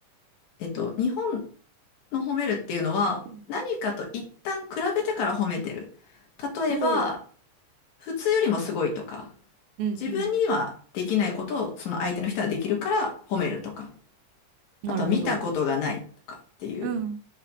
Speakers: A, on the left; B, on the right.
A: えっと、日本の褒めるっていうのは何かと一旦比べてから褒めてる。
B: うん
A: 例えば、
B: ほう。
A: 普通よりもすごいとか、
B: うんうん
A: 自分にはできないことをその相手の人はできるから褒めるとか、
B: なるほど。
A: あとは見たことがないとかっていう。
B: うん